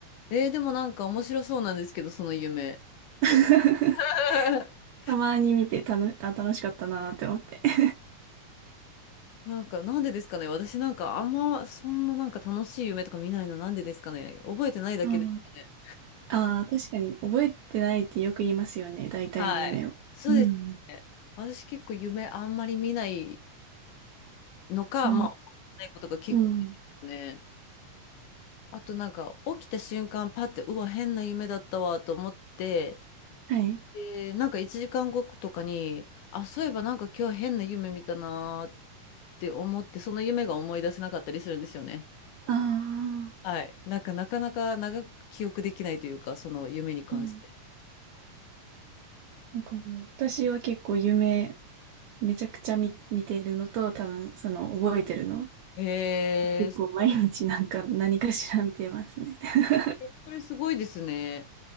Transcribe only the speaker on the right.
<laughs>
たまに見てたの、あ、楽しかったなって思って。<laughs>
うんああ、確かに覚えてないってよく言いますよね。大体の夢を。
うん。
ああ、
うん。
はい。
ああ、
うん。なんかもう、私は結構夢、めちゃくちゃ見、見てるのと、多分、その、覚えてるの。
結構毎日なんか何かしら見てますね。
<laughs>